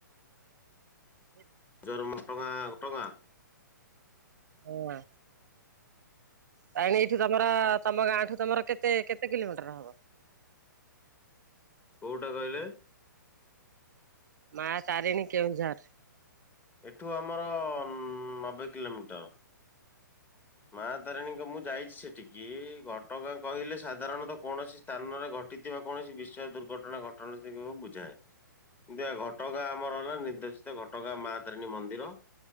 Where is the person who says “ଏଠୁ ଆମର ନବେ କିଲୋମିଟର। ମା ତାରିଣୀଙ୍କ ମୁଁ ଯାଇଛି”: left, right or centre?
Left